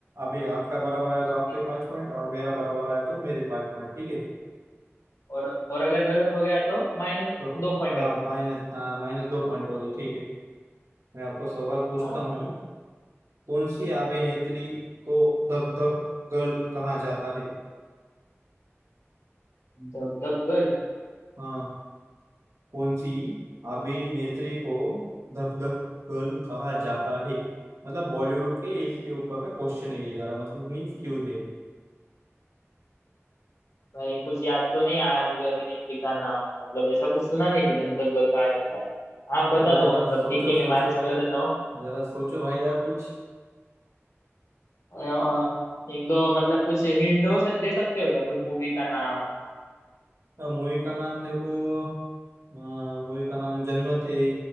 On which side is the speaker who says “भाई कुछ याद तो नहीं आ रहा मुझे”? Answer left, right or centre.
Left